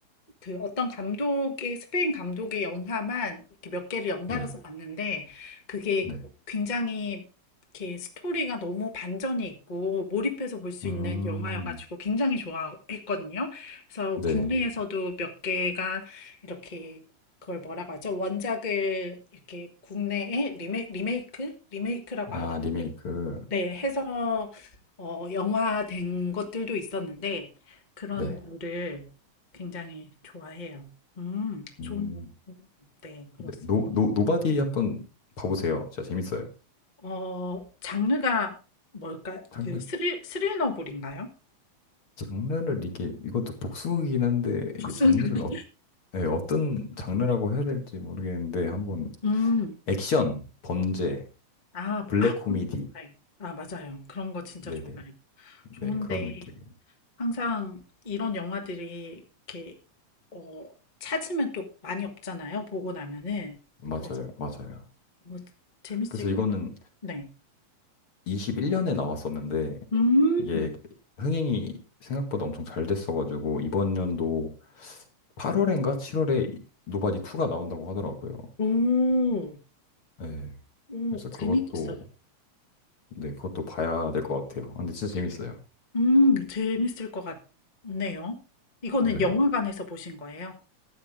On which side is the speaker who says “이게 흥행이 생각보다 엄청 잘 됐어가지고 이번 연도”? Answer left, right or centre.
Left